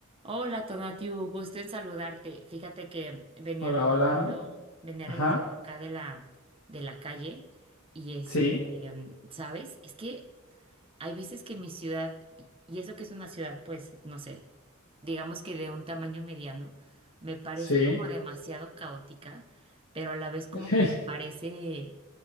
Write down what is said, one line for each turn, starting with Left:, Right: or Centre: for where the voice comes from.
Right: Hola, Tonatiu, gusto en saludarte. Fíjate que venía
Left: Hola,
Right: regresando,
Left: hola.
Right: venía
Left: Ajá,
Right: regresando acá de la, de la calle y este,
Left: sí,
Right: em, ¿sabes? Es que hay veces que mi ciudad, y y eso que es una ciudad, pues, no sé, digamos que de un tamaño mediano, me parece
Left: sí.
Right: como demasiado caótica, pero a la vez como
Left: <laughs>
Right: que me parece,